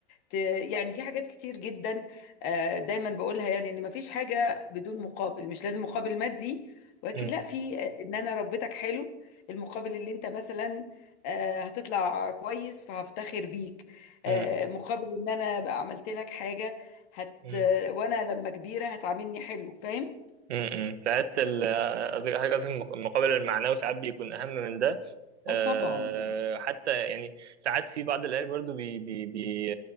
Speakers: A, on the left; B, on the right.
A: ت... يعني في حاجات كتير جدا آه، دايما بقولها يعني إن مفيش حاجة بدون مقابل مش لازم مقابل مادي ولكن
B: مم،
A: لا في آه، إن أنا ربيتك حلو المقابل اللي أنت مثلا آه، هتطلع كويس فهفتخر بيك
B: مم،
A: آه، مقابل إن أنا بقى عملت لك حاجة هت
B: مم.
A: وأنا لما كبيرة هتعاملني حلو فاهم؟
B: امم ساعات ال- قصدي حاجة قصدي المقابل المعنوي ساعات بيكون أهم من ده آه،
A: اه طبعا
B: حتى يعني ساعات في بعض الأهالي برضو بي بي بي